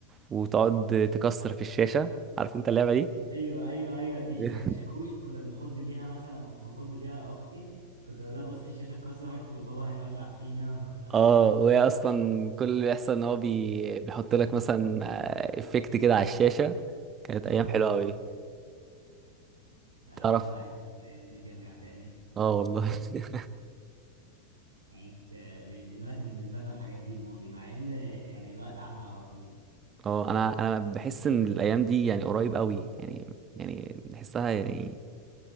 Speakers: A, on the right; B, on the right.
A: وتقعد تكسر في الشاشه عارف انت اللعبه دي
B: ايوه ايوه ايوه دي
A: <laughs>
B: كان شاكوش كنا بنخض بيها مثلا كنت بخض بيها اختي كنت بقول لها بصي الشاشه اتكسرت وبابا هيولع فينا
A: اه وهي اصلا كل اللي بيحصل ان هو بي... بيحط لك مثلا افكت كده على الشاشه كانت ايام
B: <laughs> اه
A: حلوه
B: بالظبط.
A: قوي
B: آه،
A: تعرف
B: الواحد نفسه الايام دي ترجع تاني
A: اه والله <laughs>
B: حاجات آه، بقت دلوقتي بالنسبة لنا الحاجات دي موضي مع ان يعني الوقت عدى على طول
A: اه انا انا بحس ان الايام دي يعني قريب قوي يعني يعني بحسها يعني